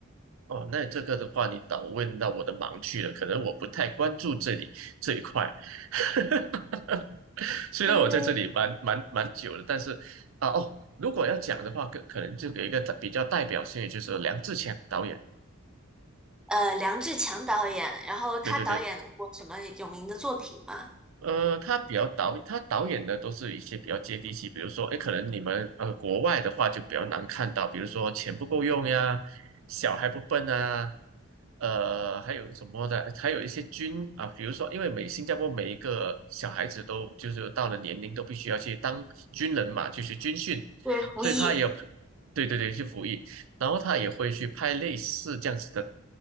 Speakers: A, on the right (about 70°); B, in the centre.
A: 哦，那这个的话，你倒问到我的盲区了。可能我不太关注这里这一块，<laughs> 虽然我在这里蛮蛮蛮久了，
B: 嗯，
A: 但是啊哦，如果要讲的话，可可能就有一个比较代表性的，就是梁志强导演。
B: 呃，梁志强导演，然后他导演过什么有名的作品吗？
A: 对对对呃，他比较导，他导演的都是一些比较接地气，比如说，哎，可能你们呃国外的话就比较难看到，比如说钱不够用呀，小孩不笨啊，呃，还有什么的，还有一些军啊，比如说，因为每新加坡每一个小孩子都就是到了年龄都必须要去当军人嘛，就是军训，
B: 对，胡一。
A: 所以他也有，对对对，去服役。然后他也会去拍类似这样子的